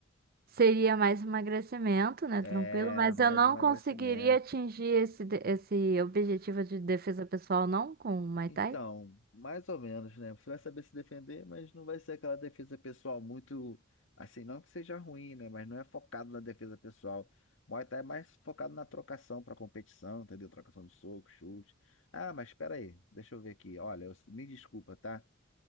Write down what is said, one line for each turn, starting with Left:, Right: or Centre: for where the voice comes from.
Right: seria mais emagrecimento, né?
Left: É,
Right: Tranquilo, mas
Left: mais
Right: eu não
Left: emagrecimento.
Right: conseguiria atingir esse, de- esse objetivo de defesa pessoal, não, com o Muay
Left: Então,
Right: Thai?
Left: mais ou menos, né? Você vai saber se defender, mas não vai ser aquela defesa pessoal muito assim, não que seja ruim, né? Mas não é focado na defesa pessoal. Muay Thai é mais focado na trocação para competição, entendeu? Trocação de soco, chute. Ah, mas espera aí, deixa eu ver aqui. Olha, eu- me desculpa, tá?